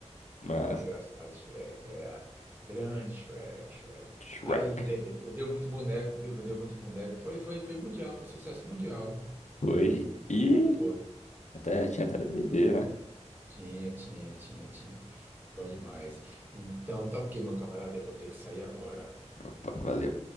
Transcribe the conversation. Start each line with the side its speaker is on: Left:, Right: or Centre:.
Left: mas
Right: Que é muito engraçado, Shrek. É grande Shrek, Shrek.
Left: Shrek.
Right: Aí vende- vendeu muito boneco, viu? Vendeu muito boneco. Foi, foi, foi mundial, foi sucesso mundial.
Left: Foi. E
Right: Foi.
Left: até, tinha até DVD, né?
Right: Tinha, tinha, tinha, tinha. Bom demais. Então, tá ok, meu camarada. Eu vou ter que sair agora.
Left: Opa, valeu.